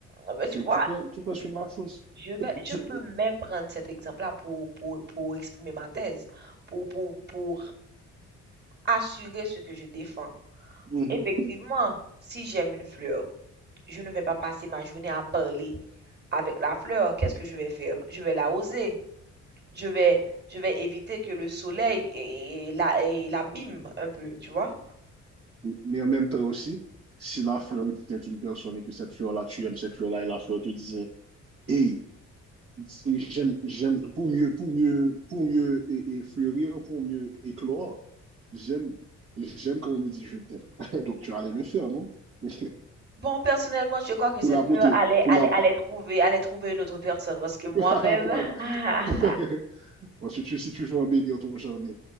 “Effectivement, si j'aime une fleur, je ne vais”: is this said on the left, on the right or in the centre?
Right